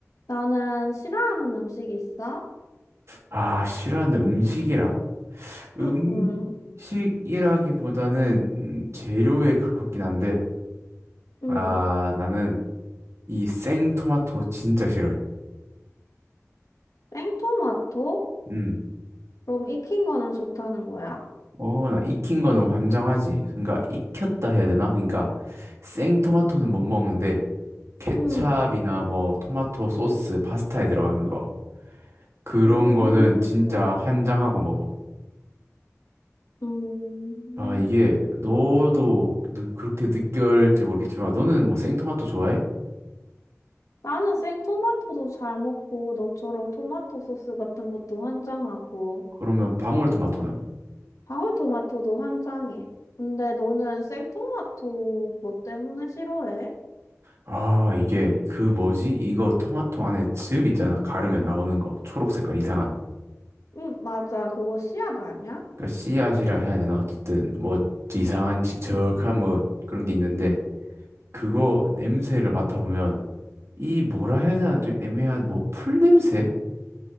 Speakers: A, on the left (about 85°); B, on the right (about 60°).
A: 나는 싫어하는 음식 있어?
B: 아, 싫어하는 음식이라? 음식이라기보다는
A: 응, 응,
B: 음, 재료에 가깝긴 한데,
A: 응.
B: 아, 나는 이 생토마토 진짜 싫어해.
A: 생토마토?
B: 음.
A: 그럼 익힌 거는 좋다는 거야?
B: 어, 나 익힌 거는 환장하지. 그러니까 익혔다 해야 되나? 그러니까 생토마토는 못 먹는데, 케찹이나
A: 응,
B: 뭐 토마토 소스, 파스타에 들어가는 거. 그런
A: 음,
B: 거는 진짜 환장하고 먹어.
A: 음.
B: 아, 이게 너도 느- 그렇게 느낄지 모르겠지만, 너는 뭐 생토마토 좋아해?
A: 나는 생토마토도 잘 먹고, 너처럼 토마토 소스 같은 것도 환장하고,
B: 그러면 방울토마토는?
A: 방울토마토도 환장해. 근데 너는 생토마토 뭐 때문에 싫어해?
B: 아, 이게 그 뭐지? 이거 토마토 안에 즙 있잖아. 가르면 나오는 거. 초록 색깔 이상한.
A: 응, 맞아. 그거 씨앗 아니야?
B: 그러니까 씨앗이라 해야 되나? 어쨌든 뭐 이상한 지적한 뭐 그런 게 있는데 그거 냄새를 맡아보면 이 뭐라 해야 되나? 좀 애매한 뭐 풀냄새?